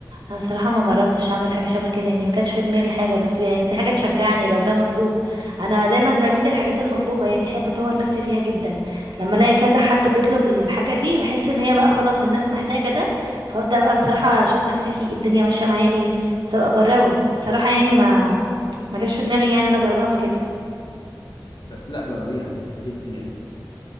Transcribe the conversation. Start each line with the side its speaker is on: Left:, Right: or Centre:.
Right: انا صراحه ما جربتش اعمل حاجه شبه كده يعني ما جاتش في دماغي حاجه بس يعني دي حاجه تشجعني لو ده مطلوب انا دايما بميل للحاجات المطلوبه يعني احب اطور نفسي فيها جدا لما الاقي كذا حد بيطلب الحاجه دي بحس ان هي بقى خلاص الناس محتاجه ده فابدا بقى بصراحه اشوف نفسي فيه الدنيا ماشيه معايا ايه بس ابقى اجربه بس الصراحه يعني ما ما جاتش في دماغي يعني انا اجربها قبل كده
Left: بس لا جربيها هتستفادي كتير